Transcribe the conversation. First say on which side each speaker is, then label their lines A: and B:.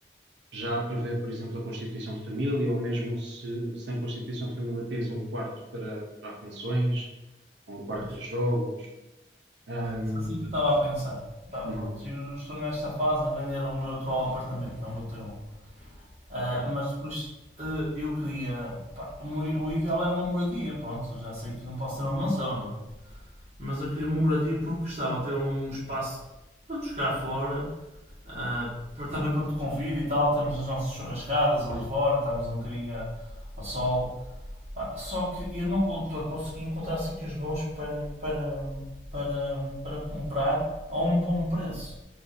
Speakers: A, on the right; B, on the right.
A: já a prever, por exemplo, a constituição de família, ou mesmo se sem constituição de família tens um quarto para, para arrumações, ou um quarto
B: Pois,
A: para jogos. hum,
B: Foi assim que eu estava a pensar. tá
A: Uhum.
B: pronto, eu estou nesta fase a vender o meu atual apartamento, não botei um. Ah,
A: Ok,
B: mas depois ah, eu queria. pá, o meu- o ideal era uma moradia, pronto, já sei que não posso ter uma mansão, não é? Mas eu queria uma moradia porque gostava de ter um espaço para nos ficar fora Ah, por- também quando te convido e tal, temos as nossas churrascadas ali fora, estamos um bocadinho ao sol. Só que eu não con- tô- consegui encontrar sítios bons para, para, para, para comprar a um bom preço.